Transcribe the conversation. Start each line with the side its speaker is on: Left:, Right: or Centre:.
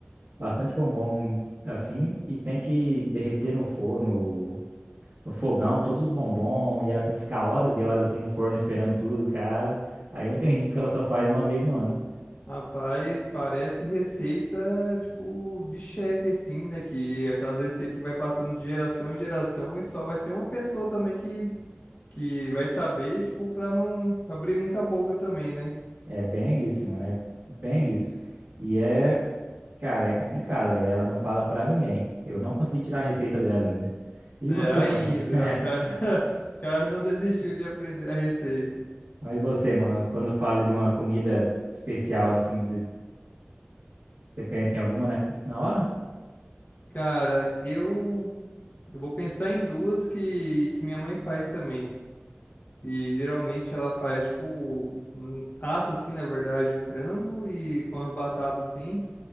Right: bastante bombom assim e tem que derreter no forno, no fogão, todos os bombons e ela tem que ficar horas e horas assim no forno esperando tudo, cara. Aí eu entendi porque ela só faz uma vez no ano.
Left: Rapaz, parece receita, tipo, de chefe, assim, né? Que é aquelas receitas que vai passando de geração em geração e só vai ser uma pessoa também que, que vai saber, tipo, pra não abrir muita boca também, né?
Right: É bem isso, mano, é bem isso. E é, cara, é complicado, aí ela não fala pra ninguém. Eu não consegui tirar a receita dela ainda. E
Left: É,
Right: você,
Left: ainda,
Right: mano? <laughs>
Left: o cara, <laughs> o cara não desistiu de aprender a receita.
Right: Mas você, mano, quando fala de uma comida especial assim, você você pensa em alguma na, na hora?
Left: Cara, eu, eu vou pensar em duas que, que minha mãe faz também. E geralmente ela faz, tipo, hum, assa assim, na verdade, frango e com a batata assim.